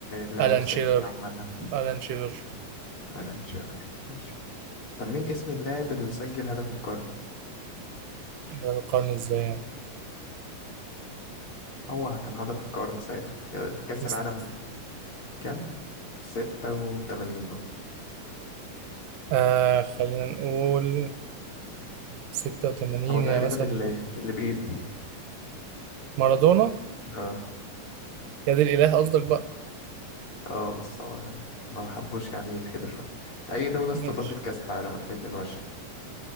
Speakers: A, on the left; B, on the right.
A: لاعب
B: الان
A: سجل
B: شيرر
A: عامة
B: الان شيرر
A: ألان شيرر ماشي طب مين اسم اللاعب اللي سجل هدف القرن
B: ده بيقارن ازاي يعني
A: هو كان هدف القرن ساعتها في كأس
B: كريست
A: العالم كام ستة وتمانين اه
B: آه خلينا نقول 86
A: هو تقريبا
B: يا مثلا
A: اللي
B: ممكن.
A: اللي بإيده
B: مارادونا
A: اه
B: يا دي الاله قصدك بقى
A: اه بس هو ما حبوش يعني يلحدوا شوية أي دولة استضافت
B: ماشي
A: كأس العالم 2022